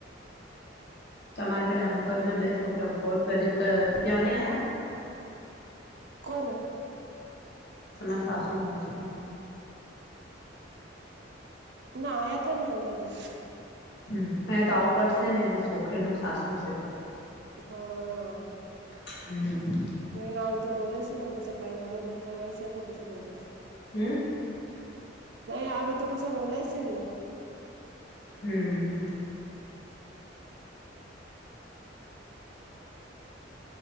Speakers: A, on the left; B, on the right.
A: તમારા પેલા અંકલ ના બે છોકરા ગોળ પહેરી ત્યાં નહી, આવ્યા
B: કોલ
A: તો મેં સાસુને ભેજતા
B: ના આયા થ ના આયા તો
A: હ અયા તો આવું પડશે ને એને છોકરી ન સાસવું છે, તો
B: હા
A: હમ
B: નહીં આવે તો બોલે છે ને પછી કઈ વખત નહી આવે છે તો પછી બોલે છે.
A: હા
B: નહી આવે તો પછી બોલાય છેને
A: હમ્મ